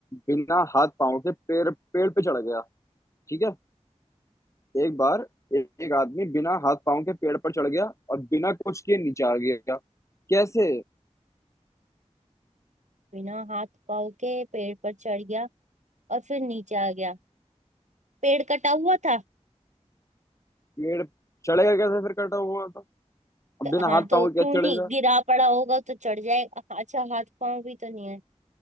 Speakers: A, on the left; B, on the right.
A: बिना हाथ पांव के पेड़ पेड़ पे चढ़ गया ठीक है एक बार ए, एक आदमी बिना हाथ पांव के पेड़ पर चढ़ गया और बिना कुछ किए नीचे आ गया कैसे
B: बिना हाथ पाँव के पेड़ पर चढ़ गया और फिर नीचे आ गया पेड़ कटा हुआ था
A: पेड़ चढ़ेगा कैसे फिर कटा हुआ था अब
B: क-
A: बिना
B: हाँ
A: हाथ
B: तो
A: पांव के
B: क्यों
A: कैसे
B: नहीं
A: चढ़ेगा
B: गिरा पड़ा होगा तो चढ़ जाएगा अच्छा हाथ पांव भी तो नहीं है